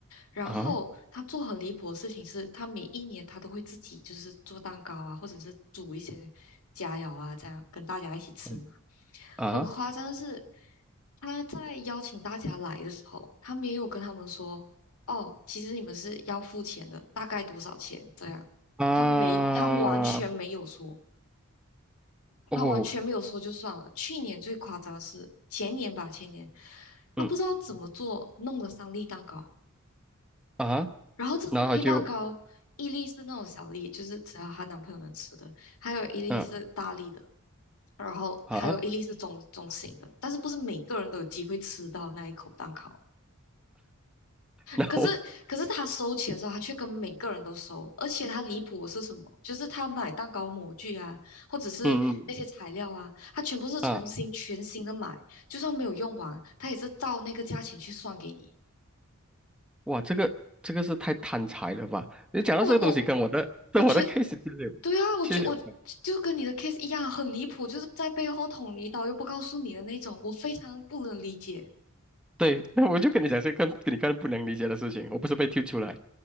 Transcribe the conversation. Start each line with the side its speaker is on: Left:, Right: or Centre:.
Left: 然后她做很离谱的事情是，
Centre: 啊
Left: 她每一年她都会自己就是做蛋糕啊，或者是煮一些佳肴啊，这样跟大家一起吃嘛。
Centre: 嗯啊
Left: 很夸张的是，她在邀请大家来的时候，她没有跟他们说，哦，其实你们是要付钱的，大概多少钱这样，
Centre: 啊
Left: 她没，她完全没有说。他完全没有说就算了。
Centre: 哦
Left: 去年最夸张的是前年吧，前年他不知道怎么做，
Centre: 嗯
Left: 弄了三粒蛋糕，
Centre: 啊，
Left: 然后这三粒蛋糕，
Centre: 然后他就
Left: 一粒是那种小粒，就是只要她男朋友能吃的，还有一粒是大粒的，
Centre: 嗯
Left: 然后还有一粒是中中型的，
Centre: 啊，
Left: 但是不是每个人都有机会吃到那一口蛋糕。
Centre: 然后
Left: 可是，可是他收钱的时候，他却跟每个人都收，而且他离谱的是什么？就是他买蛋糕模具啊，或者是那些材料啊，
Centre: 嗯嗯。
Left: 他全部是重新全新的买，
Centre: 啊。
Left: 就算没有用完，他也是照那个价钱去算给你。
Centre: 哇，这个这个是太贪财了吧？你讲到这个东西，
Left: 我我
Centre: 跟我的跟我的
Left: 我觉得，
Centre: case 其实有，
Left: 对啊，我觉我就跟你的
Centre: 其实有关。
Left: case 一样，很离谱，就是在背后捅你一刀又不告诉你的那种，我非常不能理解
Centre: 对，那我就跟你讲这个跟跟你更不能理解的事情，我不是被踢出来